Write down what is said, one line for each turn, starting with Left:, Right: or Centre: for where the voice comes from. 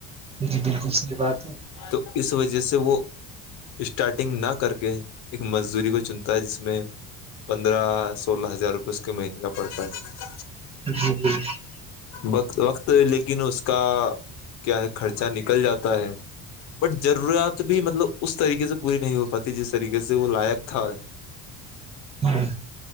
Right: جی بالکل صحیح بات ہے
Left: تو اس وجہ سے وہ اسٹارٹنگ نہ کر کے ایک مزدوری کو چنتا ہے جس میں پندرہ سولہ ہزار روپئے اس کے مہینے کا پڑتا ہے
Right: <unintelligible>
Left: وقت وقت لیکن اس کا کیا ہے خرچہ نکل جاتا ہے بٹ ضروریات بھی مطلب اس طریقے سے پوری نہیں ہو پاتی جس طریقے سے وہ لائق تھا غغ <inaudible>
Right: ہاں